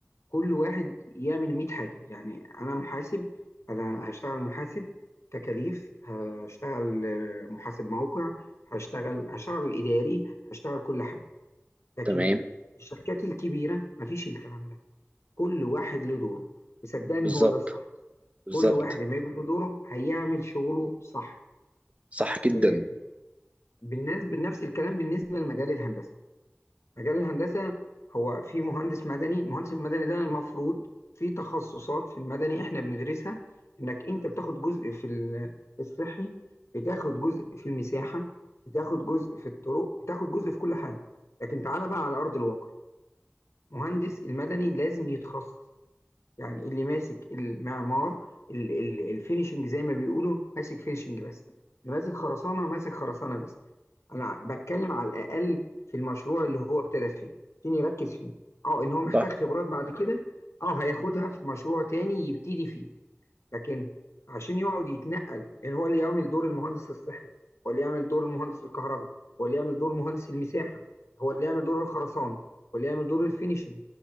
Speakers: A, on the left; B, on the right.
A: كل واحد يعمل 100 حاجة يعني أنا محاسب أنا هشتغل محاسب تكاليف هشتغل آه، محاسب موقع هشتغل هشتغل إداري هشتغل كل حاجة لكن
B: تمام
A: الشركات الكبيرة مفيش الكلام ده كل واحد له دوره وصدقني
B: بالظبط
A: هو ده الصح
B: بالظبط
A: كل واحد ما يبقى له دوره هيعمل شغله صح
B: صح جدا
A: آه، بالنسبة نفس الكلام بالنسبة لمجال الهندسة مجال الهندسة هو في مهندس مدني المهندس المدني ده المفروض في تخصصات في المدني احنا بندرسها انك انت بتاخد جزء في ال- في الصحي بتاخد جزء في المساحة بتاخد جزء في الطرق بتاخد جزء في كل حاجة لكن تعالى بقى على أرض الواقع مهندس المدني لازم يتخصص يعني اللي ماسك المعمار ال- ال- الفينيشنج زي ما بيقولوا ماسك فينيشنج بس اللي ماسك خرسانه ماسك خرسانه بس انا بتكلم على الاقل في المشروع اللي هو ابتدى فيه عشان يركز فيه اه ان هو محتاج
B: صح
A: خبرات بعد كده اه هياخدها في مشروع تاني يبتدي فيه لكن عشان يقعد يتنقل يعني هو اللي يعمل دور المهندس الصحي هو اللي يعمل دور المهندس الكهرباء هو اللي يعمل دور مهندس المساحة هو اللي يعمل دور الخرسانة هو اللي يعمل دور الفينيشنج